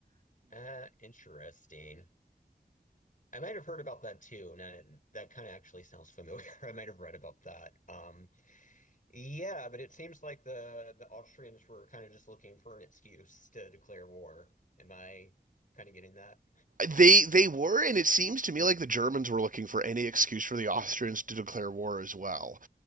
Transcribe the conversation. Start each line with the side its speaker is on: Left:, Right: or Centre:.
Left: Uh, interesting. I might have heard about that too, and that, that kind of actually sounds familiar. <laughs> I might have read about that. Um, yeah, but it seems like the the Austrians were kind of just looking for an excuse to declare war. Am I kind of getting that?
Right: They they were, and it seems to me like the Germans were looking for any excuse for the Austrians to declare war as well.